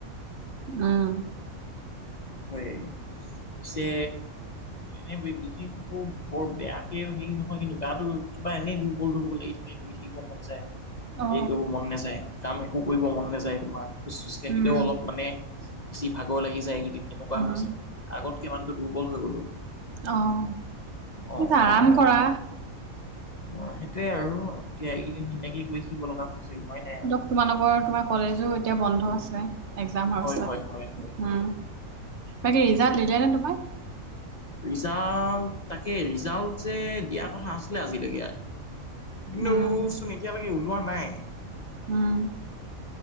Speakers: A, on the right; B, on the left.
A: উম।
B: হয় পিছে এনে বিশেষ একো বৰ বেয়াকে হেৰি নহয় কিন্তু গাটো কিবা এনেই দুৰ্বল দুৰ্বল লাগি থাকে। শুই থাকিব মন যায়
A: অ',
B: হেৰি কৰিব মন নাযায় কাম একো কৰিব মন নাযায় তোমাৰ খোজ চোজ কঢ়িলেও
A: উম,
B: অলপ মানে বেছি ভাগৰ লাগি যায়। কেইদিন তেনেকুৱা
A: উম,
B: হৈছে মানে আগতকে মানুতো দুৰ্বল হৈ গ'লো।
A: আহ
B: অ
A: স আৰাম
B: অ অ
A: কৰা।
B: অ সেইটোয়ে আৰু এতিয়া এইকেইদিন সেনেকেই কৰি থাকিব লগা হৈছে। উপায় নাই আৰু
A: দক তোমালোকৰ তোমাৰ কলেজো এতিয়া বন্ধ আছে। এক্জামৰ
B: হয়
A: পছত
B: হয় হয় হয় হয়
A: অ। বাকী ৰিজাল্ট দিলে নে তোমাৰ?
B: ৰিজাল্ট তাকে ৰিজাল্ট যে দিয়া কথা আছিলে আজিলৈকে। কিন্তুচোন
A: উম,
B: এতিয়ালেকে ওলোৱা নাই।
A: উম,